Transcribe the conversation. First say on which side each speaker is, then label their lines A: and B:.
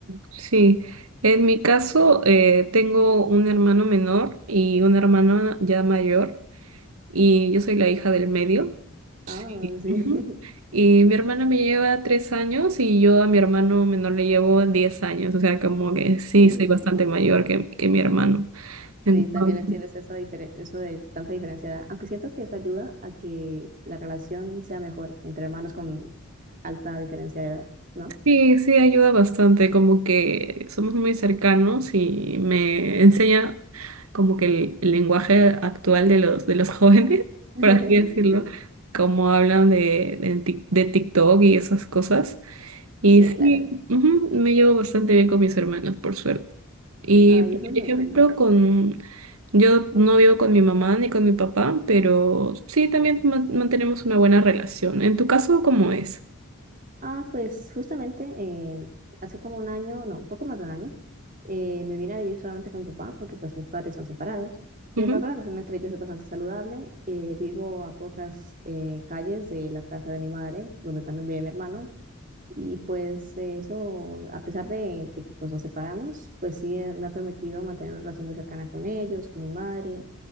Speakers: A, on the right; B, on the right.
A: sí. En mi caso, eh, tengo un hermano menor y una hermana ya mayor, y yo soy la hija del medio. Sí.
B: Ah, sí.
A: Ujú.
B: <laughs>
A: Y mi hermana me lleva tres años y yo a mi hermano menor le llevo diez años, o sea, como que sí,
B: Uh,
A: soy bastante mayor que, que mi hermano. Entonces,
B: Sí, también entiendes esa difere- eso de tanta diferencia de edad. Aunque siento que eso ayuda a que la relación sea mejor entre hermanos con alta diferencia de edad, ¿no?
A: sí, sí, ayuda bastante, como que somos muy cercanos y me enseña como que el, el lenguaje actual de los, de los jóvenes, <laughs>
B: <laughs>
A: por así decirlo,
B: Sí,
A: como hablan de, de, Tik- de TikTok y esas cosas. Y
B: sí,
A: sí,
B: claro.
A: ujú, me llevo bastante bien con mis hermanos, por suerte. Y
B: Ay,
A: por
B: eso es muy
A: ejemplo,
B: lindo.
A: con yo no vivo con mi mamá ni con mi papá, pero sí también man- mantenemos una buena relación. En tu caso, ¿cómo es?
B: Ah, pues justamente eh, hace como un año, no, un poco más de un año, eh, me vine a vivir solamente con mi papá porque pues mis padres son separados. Sin
A: Ujú,
B: embargo, la relación entre ellos es bastante saludable. Eh, vivo a pocas eh, calles de la casa de mi madre, donde también vive mi hermano. Y pues eso, a pesar de, de que pues nos separamos, pues sí eh, me ha permitido mantener una relación muy cercana con ellos, con mi madre.